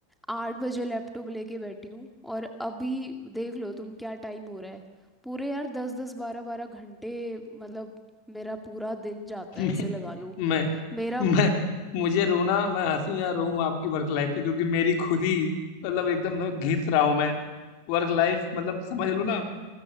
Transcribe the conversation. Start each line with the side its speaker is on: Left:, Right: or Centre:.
Centre: आठ बजे लैपटॉप लेके बैठी हूँ और अभी देख लो तुम क्या टाइम हो रहा है पूरे यार दस दस बारह बारह घंटे मतलब मेरा पूरा दिन जाता
Left: <laughs>
Centre: है ऐसे लगा लो
Left: मैं
Centre: मेरा
Left: मैं मुझे रोना मैं हंसूं या रोऊं आपकी वर्क लाइफ पे क्योंकि मेरी खुद ही मतलब एकदम ना घिस रहा हूँ मैं वर्क लाइफ मतलब समझ लो ना